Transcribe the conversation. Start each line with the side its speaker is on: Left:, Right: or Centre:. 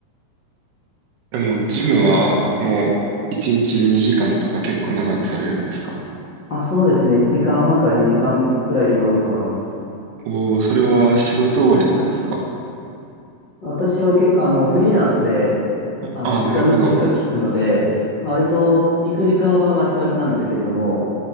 Right: でも、ジムはもう1日2時間とか結構長くされるんですか
Left: ねあ、そうですね、1時間半から2時間くらいが多いと思います。
Right: おお、それは仕事終わりとかですか
Left: 私は結構、あの、フリーランスで、
Right: ああー、
Left: あの、時間の自由が利くので、
Right: なるほど。
Left: まあ割と行く時間はまちまちなんですけれども、